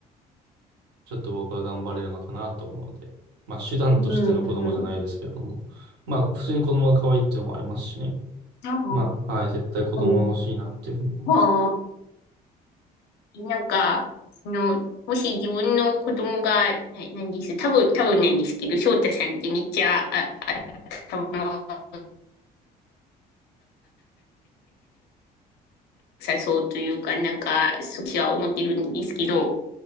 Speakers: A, on the right; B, on the left.
A: ちょっと僕は頑張れるのかなと思うので、まあ手段としての子供じゃないですけれども、
B: うん、
A: まあ普通に子供が可愛いっていうのもありますしね。
B: あ、
A: まあ、はい、絶対子供は欲しいなっていうふうに思います。
B: はい、あ、なんか、その、もし自分の子供が、な、なんです、多分、多分なんですけど、翔太さんってめっちゃ、あ、頭が良さそうというか、なんか、少しは思ってるんですけど、